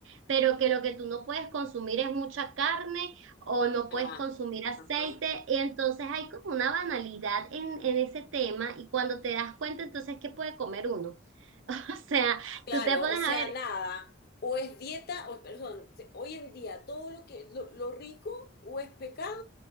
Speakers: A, on the right; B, on the left.
A: pero que lo que tú no puedes consumir es mucha carne o no puedes
B: Ah,
A: consumir aceite.
B: ajá.
A: Y entonces hay como una banalidad en, en ese tema y cuando te das cuenta, entonces, ¿qué puede comer uno? <laughs> O sea,
B: Claro,
A: tú te pones
B: o sea,
A: a ver,
B: nada, o es dieta, o perdón, se- hoy en día todo lo que lo, lo rico o es pecado